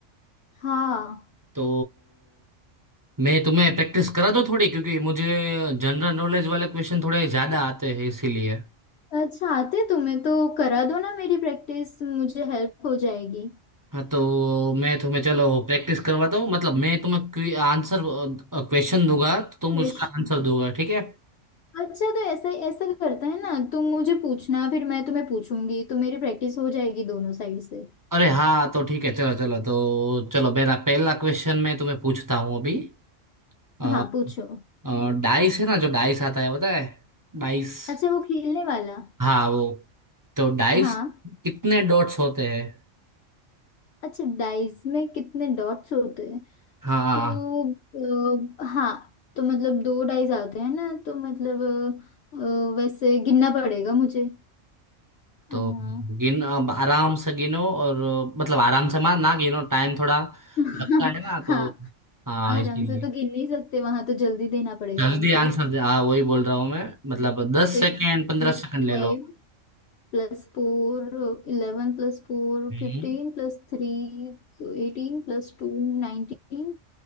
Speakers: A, on the left; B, on the right.
A: हाँ
B: तो मैं तुम्हें प्रैक्टिस करा दो थोड़ी क्योंकि मुझे जनरल नॉलेज वाले क्वेश्चन थोड़े ज़्यादा आते हैं इसीलिए
A: अच्छा आते तुम्हें तो करा दो ना मेरी प्रैक्टिस मुझे हेल्प हो जाएगी
B: हाँ तो मैं तुम्हें चलो प्रैक्टिस करवाता हूँ मतलब मैं तुम्हें आंसर क्वेश्चन दूंगा तो तुम
A: प्रश्न
B: उसका आंसर दोगा ठीक है
A: अच्छा तो ऐसा ऐसा करता है ना तुम मुझे पूछना फिर मैं तुम्हें पूछूंगी तो मेरी प्रैक्टिस हो जाएगी दोनों साइड से
B: अरे हाँ तो ठीक है चलो चलो तो चलो मेरा पहला क्वेश्चन मैं तुम्हें पूछता हूँ अभी अ,
A: हाँ पूछो
B: अ, डाइस है ना जो डाइस आता है पता है डाइस
A: अच्छा वो खेलने वाला
B: हाँ वो तो डाइस
A: हाँ
B: कितने डॉट्स होते हैं
A: अच्छा डाइस में कितने डॉट्स होते हैं
B: हाँ
A: तो अ, हाँ तो मतलब दो ढाई जाते हैं ना तो मतलब अ, अ, वैसे गिनना पड़ेगा मुझे हाँ
B: तो गिन अब आराम से गिनो और मतलब आराम से मार ना गिनो टाइम थोड़ा
A: <laughs>
B: लगता है ना तो
A: हाँ
B: हाँ
A: आराम
B: इसीलिए
A: से तो गिन नहीं सकते वहां तो जल्दी देना पड़ेगा
B: जल्दी
A: answer
B: आंसर दे हाँ वही बोल रहा हूँ मैं मतलब दस
A: Six
B: सेकेंड पंद्रह
A: plus
B: सेकेंड ले
A: five
B: लो
A: plus four इलेवन plus four
B: हम्म
A: फिफ्टीन plus three तो एटीन प्लस टू नाइनटीन